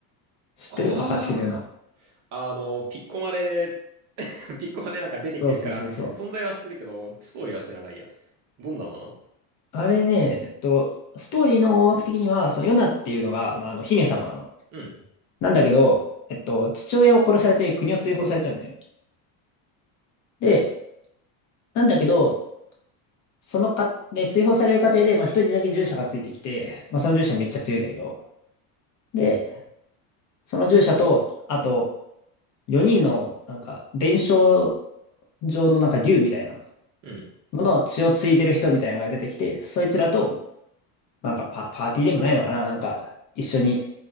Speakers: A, on the left; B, on the right.
A: 知ってる暁のような。
B: ああ、あの、ピッコマで、<laughs> ピッコマでなんか出てきてるから、
A: そうそうそうそう。
B: 存在は知ってるけど、ストーリーは知らないや。どんなのなの
A: あれね、えっと、ストーリーの大枠的には、そのヨナっていうのが、まあ、あの、姫様なの。
B: うん。
A: なんだけど、えっと、父親を殺されて国を追放されちゃうんだよね。で、なんだけど、そのか、で、追放される過程で、まあ、一人だけ従者がついてきて、まあ、その従者めっちゃ強いんだけど、で、その従者と、あと、4人の、なんか、伝承上のなんか竜みたいな
B: うん。
A: のの血を継いでる人みたいなのが出てきて、そいつらとなんかパ、パーティーでもないのかななんか、一緒に